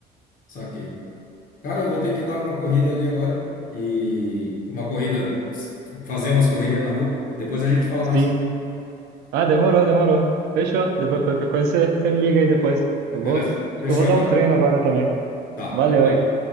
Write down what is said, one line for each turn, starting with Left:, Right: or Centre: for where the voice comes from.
Left: Saquei. Cara, eu vou ter que dar uma corrida ali agora e uma corrida, fazer umas correrias na rua. Depois a gente fala
Right: sim.
Left: mais.
Right: Ah, demorou, demorou. Fechou. Depois qualquer coisa você, você me liga aí depois. Eu vou,
Left: Beleza?
Right: acho
Left: Fechou
Right: que eu vou dar
Left: então,
Right: um treino
Left: cara.
Right: agora também.
Left: Tá.
Right: Valeu,
Left: Valeu.
Right: hein?